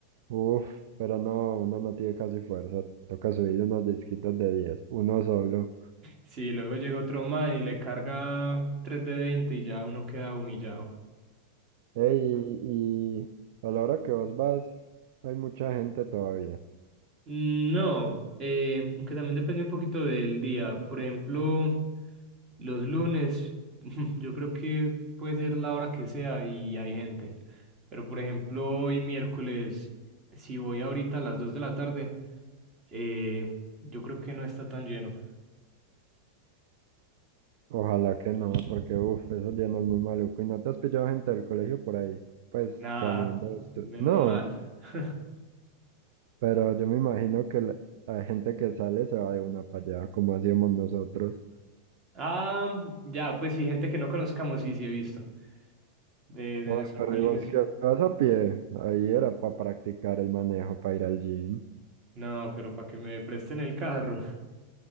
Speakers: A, on the right; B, on the right.
A: Uf, pero no, uno no tiene casi fuerza. Toca subir unos disquitos de 10, uno solo.
B: Sí, luego llega otro man y le carga 3 de 20 y ya uno queda humillado.
A: Ey, y y a la hora que vos vas, hay mucha gente todavía.
B: Mm, No, eh, aunque también depende un poquito del día. Por ejemplo, los lunes, <laughs> yo creo que puede ser la hora que sea y hay gente. Pero por ejemplo, hoy miércoles, si voy ahorita a las 2 de la tarde, Eh, yo creo que no está tan lleno.
A: Ojalá que no, porque uf, eso ya no es muy maluco. ¿Y no te has pillado gente del colegio por ahí? Pues
B: Nada,
A: saliendo de esto.
B: menos
A: No,
B: mal. <laughs>
A: pero yo me imagino que la, la gente que sale se va de una para allá, como hacíamos nosotros.
B: Ah, ya, pues sí, gente que no conozcamos, sí, sí he visto. De, de
A: Bueno,
B: nuestro
A: pero
B: colegio,
A: ¿y vos
B: sí.
A: qué vas a pie? Ahí era para practicar el manejo, para ir al gym.
B: No, pero para que me presten el carro. <laughs>